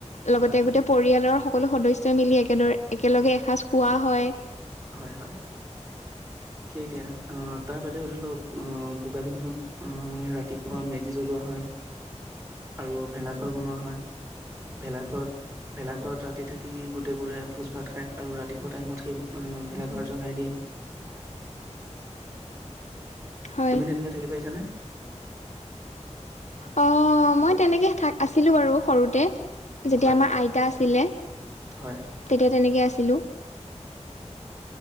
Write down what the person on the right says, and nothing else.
হয়, হয়,
হয় -হয় সেই এতিয়া অ' তাৰ বাদেও ধৰি লওক আহ ভোগালী বিহুত অ ৰাতিপুৱা মেজি জ্বলোৱা হয় আৰু ভেলাঘৰ বনোৱা হয় ভেলাঘৰত ভেলাঘৰত ৰাতি থাকি গোটেইবোৰে ভোজ ভাত খায় আৰু ৰাতিপুৱা টাইমত সেইবোৰ অ ' ভেলাঘৰ জ্বলাই দিয়ে
তুমি তেনেকে থাকি পাইছানে।
হয়
হয়